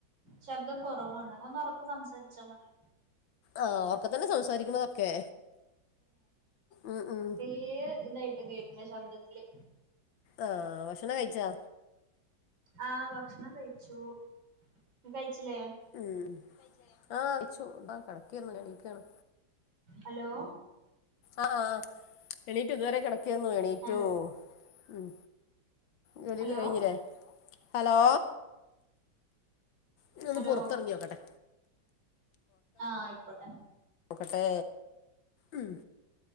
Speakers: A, on the right (about 85°); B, on the left (about 85°).
A: ശബ്ദം കൊറവാണ് ഒന്ന് ഒറക്കെ സംസാരിച്ചാ മതി
B: ആഹ് ഓർക്ക തന്നെ സംസാരിക്കുന്നതൊക്കെ ഉം ഉം
A: ഏ ഇതായിട്ട് കേക്കുന്ന ശബ്ദത്തില്
B: ആഹ് ഭക്ഷണം കഴിച്ചോ
A: ആഹ് ഭക്ഷണം കഴിച്ചു നീ കഴിച്ചിലേ
B: ഉം ആഹ് അയച്ചു കടക്കേന്നു എണിക്കാണ്
A: ഹലോ
B: ആഹ് ആഹ് എണീറ്റു ഇതുവരെ കെടക്കേന്നു എണീറ്റു
A: ഹലോ
B: ഉം ജോലിയൊക്കെ
A: ഹലോ
B: കഴിഞ്ഞിലെ ഹലോ ഇങ്ങൊ ഒന്ന്
A: ഹലോ
B: പൊറത്തറങ്ങി നോക്കട്ടെ
A: ആഹ് ആയിക്കോട്ടെ
B: നൊക്കട്ടെ ഉം